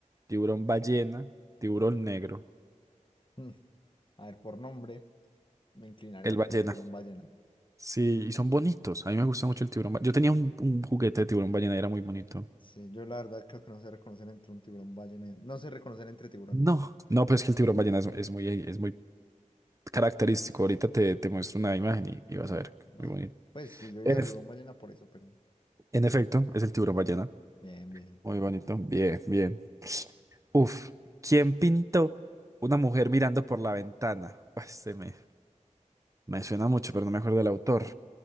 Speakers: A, on the right; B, on the left.
A: Tiburón ballena. Tiburón negro.
B: Mm. A ver, por nombre, me inclinaría
A: El ballena.
B: por el tiburón ballena.
A: Sí, y son bonitos. A mí me gusta mucho el tiburón. ba- Yo tenía un, un juguete de tiburón ballena y era muy bonito.
B: Sí, yo la verdad creo que no sé reconocer entre un tiburón ballena. y- No sé reconocer entre tiburones.
A: No, no, pues es que el tiburón ballena es, es muy, es muy característico. Ahorita te, te muestro una imagen y,
B: Ok,
A: y vas a ver.
B: va.
A: Muy bonito.
B: Pues sí, yo iría
A: En,
B: tiburón
A: ef-
B: ballena por eso, pero.
A: en efecto, es el tiburón ballena.
B: Bien, bien.
A: Muy bonito. Bien, bien. Uf. ¿Quién pintó una mujer mirando por la ventana? Pues se me, me suena
B: Uf.
A: mucho, pero no me acuerdo del autor.